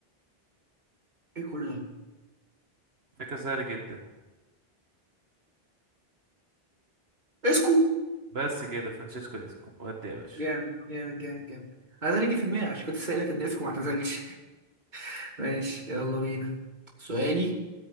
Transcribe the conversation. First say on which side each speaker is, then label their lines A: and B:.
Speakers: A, on the right; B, on the right.
A: ايه كل ده
B: فكرة سهلة جدا
A: اسكو
B: بس كده فرانشيسكو اسكو ودي يا باشا
A: جامد جامد جامد جامد انا اللي جه في دماغي عشان كنت سائلك ان اسكو ما اعتزلش <laughs> ماشي يلا بينا سؤالي